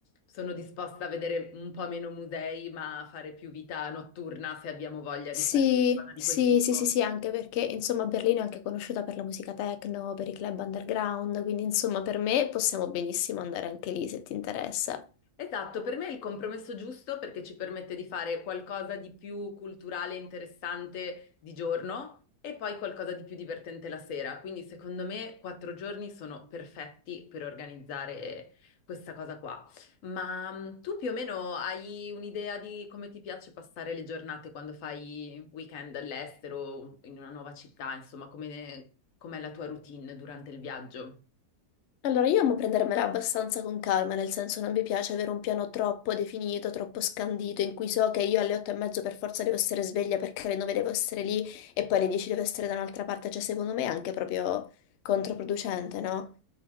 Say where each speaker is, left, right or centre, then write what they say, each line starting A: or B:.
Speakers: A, on the left (about 60°); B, on the left (about 80°).
A: Sono disposta a vedere un po' meno musei, ma a fare più vita notturna se abbiamo voglia di
B: Sì,
A: fare qualcosa di
B: sì,
A: quel tipo.
B: sì, sì, sì, anche perché insomma Berlino è anche conosciuta per la musica techno, per i club underground, quindi insomma per me possiamo benissimo andare anche lì se ti interessa.
A: Esatto, per me è il compromesso giusto perché ci permette di fare qualcosa di più culturale e interessante di giorno e poi qualcosa di più divertente la sera. Quindi secondo me quattro giorni sono perfetti per organizzare questa cosa qua. Ma mh, tu più o meno hai un'idea di come ti piace passare le giornate quando fai weekend all'estero, in una nuova città, insomma, come- com'è la tua routine durante il viaggio?
B: Allora, io amo prendermela abbastanza con calma, nel senso non mi piace avere un piano troppo definito, troppo scandito, in cui so che io alle otto e mezzo per forza devo essere sveglia perché alle nove devo essere lì e poi alle dieci devo essere da un'altra parte, cioè secondo me è anche proprio controproducente, no?